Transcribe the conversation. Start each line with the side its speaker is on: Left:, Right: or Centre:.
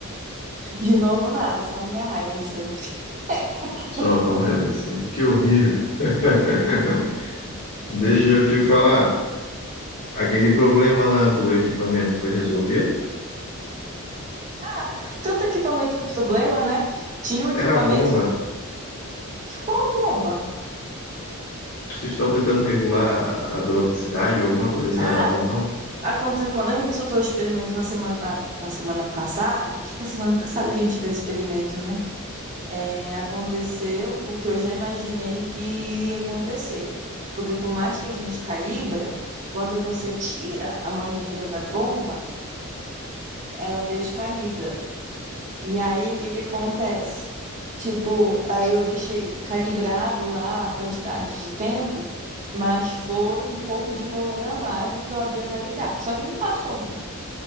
Right: De novo, nada, só a minha raiva de sempre. <laughs>
Left: Só a tua raiva de sempre. Que horrível. <laughs> Deixa eu te falar. Aquele problema lá do equipamento foi resolvido?
Right: Ah, tanto equipamento com problema, né? Tinha um equipamento
Left: Era a bomba.
Right: que. Qual bomba?
Left: Vocês estão tentando regular a a velocidade ou alguma coisa assim,
Right: Ah,
Left: a vazão?
Right: aconte... quando a gente soltou o experimento na semana, na semana passada, acho que foi semana passada que a gente fez o experimento, né? é, aconteceu o que eu já imaginei que iria acontecer. Porque por mais que a gente calibra, quando você tira a mangueira da bomba, ela descalibra. E aí o que que acontece? Tipo, aí eu deixei calibrado lá a quantidade de tempo, mas foi um pouco de volume a mais do que eu havia calibrado. Só que não passou muito.